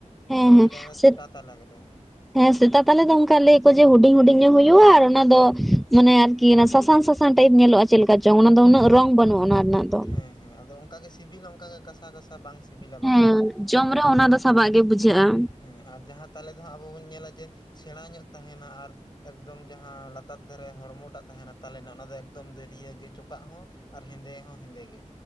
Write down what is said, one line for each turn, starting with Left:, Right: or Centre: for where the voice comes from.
Centre: ᱦᱮᱸ
Left: ᱟᱫᱚ ᱠᱚ ᱞᱟᱹᱭᱟ
Centre: ᱥᱮ
Left: ᱥᱮᱛᱟ ᱛᱟᱞᱮ ᱠᱚ ᱞᱟᱭᱟ᱾
Centre: ᱦᱮᱸ ᱥᱮᱛᱟ ᱛᱟᱞᱮ ᱫᱚ ᱚᱱᱠᱟ ᱞᱟᱹᱭᱟ ᱠᱚ ᱡᱮ ᱦᱩᱸᱰᱤᱧ ᱦᱩᱸᱰᱤᱧ ᱧᱚᱜ ᱦᱩᱭᱩᱜᱼᱟ, ᱟᱨ ᱚᱱᱟ ᱫᱚ ᱢᱟᱱᱮ ᱟᱨᱠᱤ ᱥᱟᱥᱟᱝ ᱥᱟ ᱥᱟᱝ ᱴᱟᱭᱤᱯ ᱧᱮᱞᱚᱜᱼᱟ ᱪᱮᱜ ᱞᱮᱠᱟ ᱪᱚᱝ ᱚᱱᱟ ᱫᱚ ᱩᱱᱟᱹᱜ ᱨᱚᱝ ᱵᱟᱹᱱᱩᱜᱼᱟ ᱚᱱᱟ ᱨᱮᱱᱟᱜ ᱫᱚ
Left: ᱦᱮᱸ ᱦᱮᱸ ᱟᱫᱚ ᱚᱝᱠᱟ ᱜᱮ ᱥᱤᱵᱤᱞ ᱦᱚᱸ ᱚᱝᱠᱟ ᱜᱮ ᱠᱟᱥᱟ ᱠᱟᱥᱟ ᱵᱟᱝ ᱥᱤᱵᱤᱞᱟ
Centre: ᱦᱮᱸ
Left: ᱵᱟᱝᱢᱟ᱾
Centre: ᱡᱚᱢ ᱨᱮᱦᱚᱸ ᱚᱱᱟ ᱫᱚ ᱥᱟᱵᱟᱜ ᱜᱮ ᱵᱩᱡᱷᱟᱹᱜᱼᱟ᱾
Left: ᱦᱮᱸ ᱟᱨ ᱡᱟᱦᱟᱸ ᱛᱟᱞᱮ ᱫᱚ ᱦᱟᱸᱜ ᱟᱵᱚ ᱵᱚᱱ ᱧᱮᱞᱟ ᱡᱮ ᱥᱮᱬᱟ ᱧᱚᱜ ᱛᱟᱦᱮᱸᱱᱟ ᱟᱨ ᱮᱠᱫᱚᱢ ᱡᱟᱦᱟᱸ ᱞᱟ ᱛᱟᱨ ᱫᱷᱟᱨᱮ ᱦᱚᱲᱢᱚ ᱴᱟᱜ ᱛᱟᱦᱮᱸᱱᱟ ᱛᱟᱞᱮᱱᱟ ᱚᱱᱟ ᱫᱚ ᱮᱠᱫᱚᱢ ᱫᱟᱹᱨᱤᱭᱟᱹ ᱜᱮ ᱪᱚᱠᱟᱜ ᱦᱚᱸ ᱟᱨ ᱦᱮᱸᱫᱮ ᱦᱚᱸ ᱦᱮᱸᱫᱮ ᱜᱮ᱾